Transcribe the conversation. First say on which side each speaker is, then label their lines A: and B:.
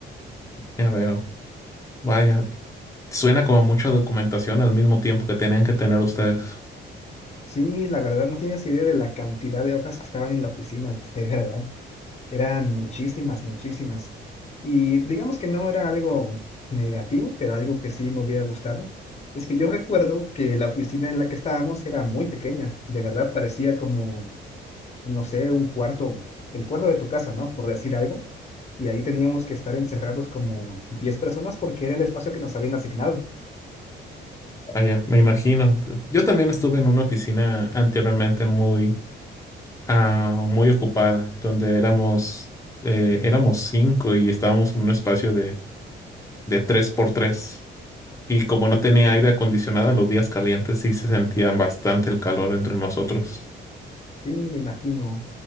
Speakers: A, on the left; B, on the left.
A: Ya veo. Vaya, suena como mucha documentación al mismo tiempo que tenían que tener ustedes.
B: Sí, la verdad no tienes idea de la cantidad de hojas que estaban en la oficina, de verdad. Eran muchísimas, muchísimas. Y digamos que no era algo negativo, pero algo que sí me hubiera gustado. Es que yo recuerdo que la oficina en la que estábamos era muy pequeña. De verdad, parecía como, no sé, un cuarto, el cuarto de tu casa, ¿no? Por decir algo. Y ahí teníamos que estar encerrados como 10 personas porque era el espacio que nos habían asignado.
A: Vaya, me imagino. Yo también estuve en una oficina anteriormente muy, ah, muy ocupada, donde éramos, eh, éramos cinco y estábamos en un espacio de, de tres por tres. Y como no tenía aire acondicionado en los días calientes, sí se sentía bastante el calor entre nosotros.
B: Sí, me imagino.